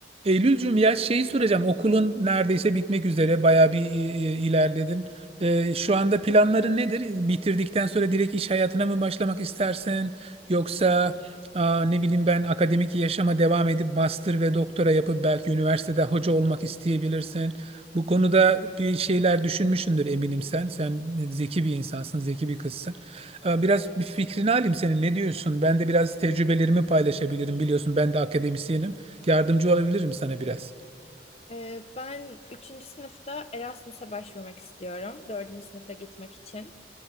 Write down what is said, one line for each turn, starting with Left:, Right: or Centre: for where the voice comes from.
Right: Eylülcüm ya şeyi soracağım. Okulun neredeyse bitmek üzere. Bayağı bir e, e, ilerledin. E, şu anda planların nedir? Bitirdikten sonra direkt iş hayatına mı başlamak istersin? Yoksa aa, ne bileyim ben akademik yaşama devam edip master ve doktora yapıp belki üniversitede hoca olmak isteyebilirsin. Bu konuda bir şeyler düşünmüşsündür eminim sen. Sen zeki bir insansın, zeki bir kızsın. Aa, biraz bir fikrini alayım senin. Ne diyorsun? Ben de biraz tecrübelerimi paylaşabilirim. Biliyorsun ben de akademisyenim. Yardımcı olabilirim sana biraz.
Left: Ee, ben üçüncü sınıfta Erasmus'a başvurmak istiyorum. dördüncü sınıfta gitmek için.